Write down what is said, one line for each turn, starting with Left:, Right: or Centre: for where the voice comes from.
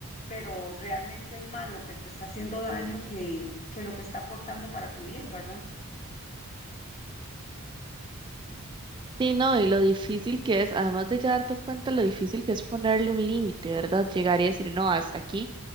Left: pero realmente es más lo que te está haciendo daño que, que lo que está aportando para tu bien, ¿verdad?
Right: Sí, no, y lo difícil que es, además de ya darte cuenta lo difícil que es ponerle un límite, ¿verdad? Llegar y decir, no, hasta aquí